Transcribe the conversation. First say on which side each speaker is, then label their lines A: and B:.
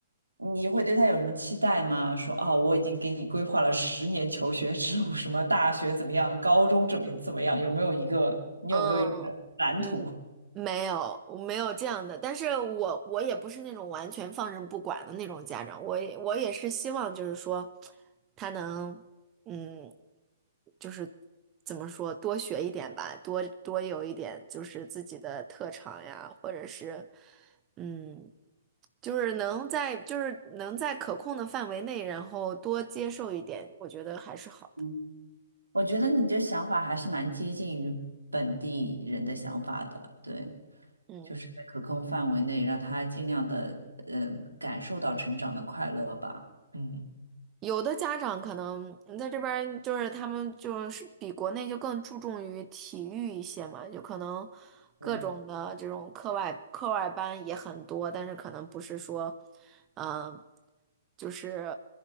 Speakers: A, on the right; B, on the right.
A: 你会对他有什么期待吗？说哦，我已经给你规划了十年求学之路，什么大学怎么样，高中怎么怎么样，有没有一个你有没有一个蓝图？
B: 嗯嗯，没有，我没有这样的。但是我我也不是那种完全放任不管的那种家长，我也我也是希望就是说，他能嗯，就是怎么说，多学一点吧，多多有一点就是自己的特长呀，或者是嗯，就是能在就是能在可控的范围内，然后多接受一点，我觉得还是好的。
A: 嗯，我觉得你这想法还是蛮接近于本地人的想法的，对，
B: 嗯。
A: 就是在可控范围内，让他尽量的嗯感受到成长的快乐吧。嗯，
B: 有的家长可能在这边儿就是他们就是比国内就更注重于体育一些嘛，就可能各种的这种课外课外班也很多，
A: 对
B: 但是可能不是说，嗯、就是